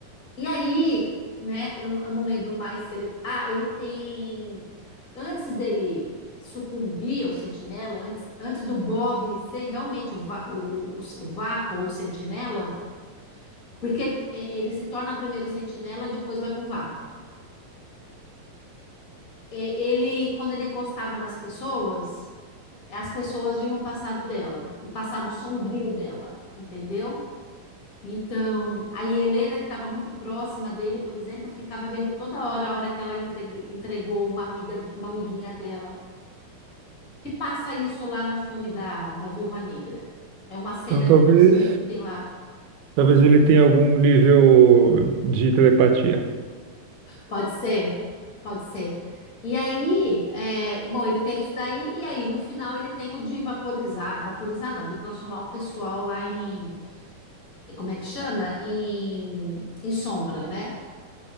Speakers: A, on the left (about 30°); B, on the right (about 85°).
A: E aí, né, eu, eu não lembro mais se ele. Ah, ele tem. Antes dele sucumbir ao sentinela, antes, antes do Bob ser realmente o, va- o, o, o vácuo ou o sentinela, Porque é, ele se torna primeiro sentinela, depois vai para o vácuo. É, Ele, quando ele encostava nas pessoas, as pessoas vinham o passado dela, o passado sombrio dela, entendeu? Então, a Helena, que estava muito próxima dele, por exemplo, ficava vendo toda hora a hora que ela entreg- entregou uma amiga, uma amiguinha dela, que passa isso lá no filme da, da Viúva Negra. É uma cena,
B: Então talvez,
A: inclusive, que tem lá
B: talvez ele tenha algum nível de telepatia.
A: Pode ser, pode ser. E aí, é, bom, ele tem isso daí, e aí no final ele tem o de vaporizar, vaporizar não, de transformar o pessoal lá em, como é que chama? Em, em sombra, né?